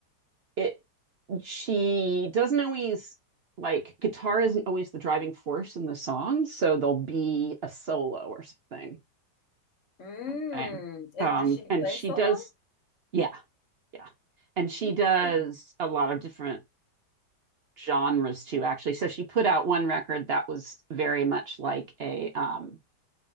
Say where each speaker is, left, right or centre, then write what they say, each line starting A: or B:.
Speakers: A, on the right (about 60°); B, on the left (about 50°).
A: it she doesn't always like guitar isn't always the driving force in the song, so there'll be a solo or something
B: Mm.
A: kind of thing.
B: It,
A: Um,
B: does she
A: and
B: play
A: she
B: solo?
A: does, yeah, yeah, and she
B: Nice.
A: does a lot of different genres too, actually. So she put out one record that was very much like a um,